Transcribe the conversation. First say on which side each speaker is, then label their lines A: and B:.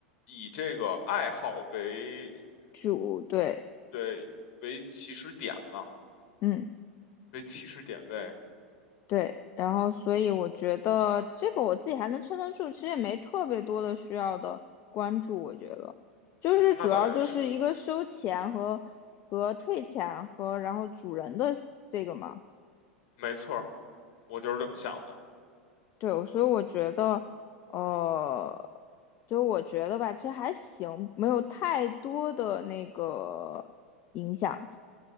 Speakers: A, on the left (about 55°); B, on the left (about 40°).
A: 以这个爱好为，
B: 主，对，
A: 对，为起始点嘛，
B: 嗯，
A: 为起始点位。
B: 对，然后所以我觉得这个我自己还能撑得住，其实也没特别多的需要的关注，我觉得就是主要就是一个收钱和和退钱和然后主人的这个嘛。
A: 嗯，那倒也是，没错儿，我就是这么想的。
B: 对，所以我觉得，呃，所以我觉得吧，其实还行，没有太多的那个影响。